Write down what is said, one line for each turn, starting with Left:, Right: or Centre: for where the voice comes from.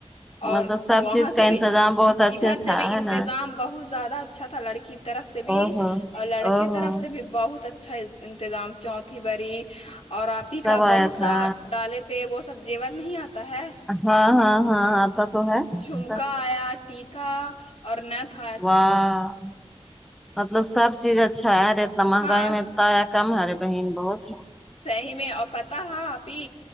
Left: اور
Centre: مطلب سب
Left: وہاں
Centre: چیز کا
Left: سے بھی
Centre: انتظام بہت اچھے
Left: ادھر
Centre: تھا
Left: سے بھی انتظام
Centre: ہے نا
Left: بہت زیادہ اچھا تھا لڑکی کی طرف سے بھی
Centre: او ہو
Left: اور لڑکے
Centre: او
Left: طرف
Centre: ہو
Left: سے بہت اچھا انتظام چوتھی بری اور آپ ہی
Centre: سب
Left: کا بہت
Centre: آیا تھا
Left: سا ڈالے پ وہ سب زیور نہیں آتا ہے
Centre: ہاں ہاں ہاں آتا تو ہے
Left: جھومکا
Centre: سب
Left: آیا ٹیکیکا اور نہتھا
Centre: واہ مطلب سب چیز اچھا ہے رہا اتنا مہنگائی
Left: ہاں
Centre: میں اتنا ہے کم ہارے بہن بہت ہے
Left: صحیح میں اور پتہ ہپی